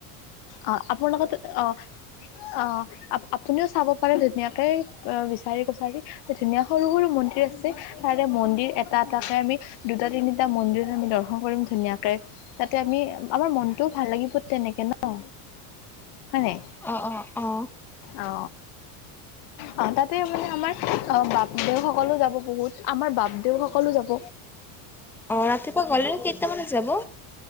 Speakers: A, on the left (about 60°); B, in the centre.
A: অ আপোনাৰ লগত অ-অ আপুনিও চাব পাৰে ধুনীয়াকে বিচাৰি কছাৰি ধুনীয়া সৰু-সৰু মন্দিৰ আছে তাৰে মন্দিৰ এটা এটাকে আমি দুটা তিনিটা মন্দিৰ আমি দৰ্শন কৰিম ধুনীয়াকে। তাতে আমি আমাৰ মনটোও ভাল লাগিব তেনেকে ন। হয় নাই,
B: অ অ অ
A: অ অ তাতে মানে আমাৰ বাপদেউ সকলো যাব বহুত আমাৰ বাপদেউ সকলো যাব।
B: অ ৰাতিপুৱা গলে নো কেইটামানত যাব?